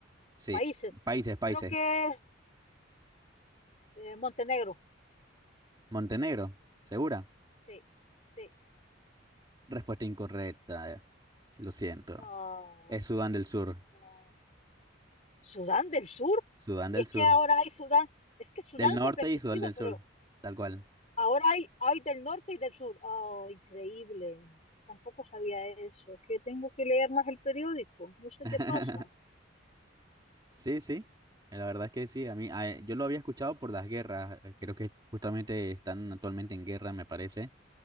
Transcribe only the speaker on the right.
Sí,
países, países.
Montenegro, ¿segura?
Respuesta incorrecta. Lo siento.
Es Sudán del Sur.
Sudán
del
Sur.
Del norte
y Sudán del
Sur. Tal cual.
<laughs>
Sí, sí, eh, la verdad es que sí, a mí, a- yo lo había escuchado por las guerras, eh, creo que justamente están actualmente en guerra, me parece,